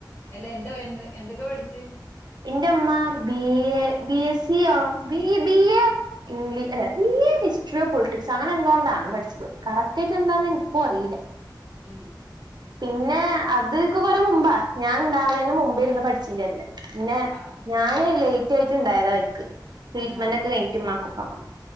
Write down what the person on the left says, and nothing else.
അല്ലാ എന്താ എ എന്തൊക്കാ പഠിച്ചു
ഉം
ആഹ്
ആഹ്